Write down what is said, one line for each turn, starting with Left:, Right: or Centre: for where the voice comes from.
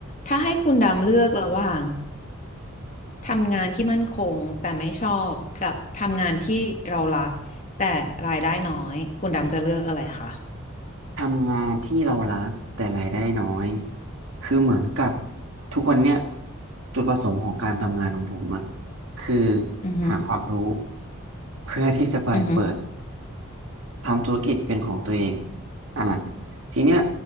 Left: ถ้าให้คุณดำเลือกระหว่างทำงานที่มั่นคงแต่ไม่ชอบกับทำงานที่เรารักแต่รายได้น้อยคุณดำจะเลือกอะไรคะ
Right: ทำงานที่เรารักแต่รายได้น้อยคือเหมือนกับทุกวันเนี้ยจุดประสงค์ของการทำงานของผมอะคือ
Left: อือฮึอ
Right: หาความรู้เพื่อที่จะไปเปิด
Left: ือฮึอ
Right: ทำธุรกิจเป็นของตัวเองอ่ะทีเนี้ย